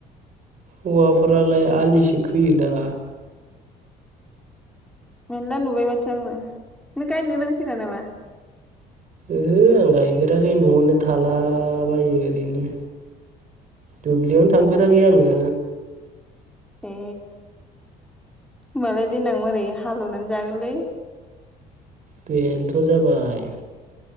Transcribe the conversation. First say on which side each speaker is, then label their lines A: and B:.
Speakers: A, on the right; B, in the centre.
A: हौवाफ्रालाय आलि सो खोयोदा
B: मेनला नुबाय माथो आंलाय नों गायनो रोंफैरा नामा?
A: ओहो आं गायफेराखै न'आवनो थालाबायो ओरैनो दुब्लियावनो थांफेराखै आङो।
B: ए होमबालाय देनां मारै हालेवनानै जागोनलै।
A: बेनोथ' जाबाय